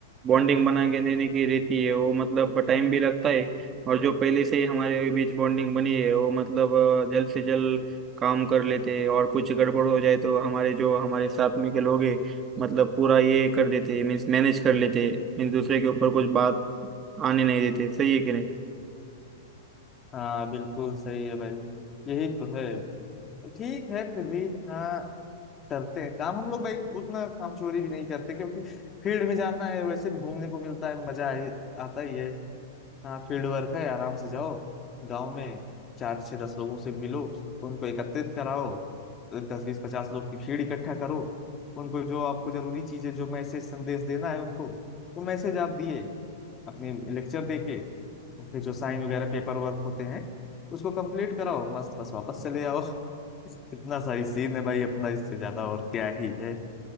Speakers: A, on the right (about 25°); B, on the left (about 25°).
A: बॉन्डिंग बना के देने की रहती है वो मतलब टाइम भी लगता है और जो पहले से ही हमारे बीच बॉन्डिंग बनी है वो मतलब अ, जल्द से जल्द काम कर लेते हैं और कुछ गड़बड़ हो जाए तो हमारे जो हमारे साथ में के लोग हैं मतलब पूरा ये कर देते हैं मीन्स मैनेज कर लेते हैं मीन्स दूसरे के ऊपर कुछ बात आने नहीं देते सही है कि नहीं
B: हाँ बिल्कुल सही है भाई यही तो है ठीक है फिर भी हाँ करते हैं काम हम लोग भाई उतना काम चोरी भी नहीं करते क्योंकि फील्ड में जाना है वैसे भी घूमने को मिलता है मजा आ, आता ही है हाँ फील्ड वर्क है आराम से जाओ गांव में चार छह दस लोगों से मिलो उनको एकत्रित कराओ दस बीस पचास लोग की भीड़ इकट्ठा करो उनको जो आपको जरूरी चीजें जो मैसेज संदेश देना है उनको वो मैसेज आप दिए अपनी लेक्चर देके तो फिर जो साइन वगैरह पेपर वर्क होते हैं उसको कंप्लीट कराओ मस्त बस वापस चले आओ <laughs> इतना सही सीन है भाई अपना इससे ज्यादा और क्या ही है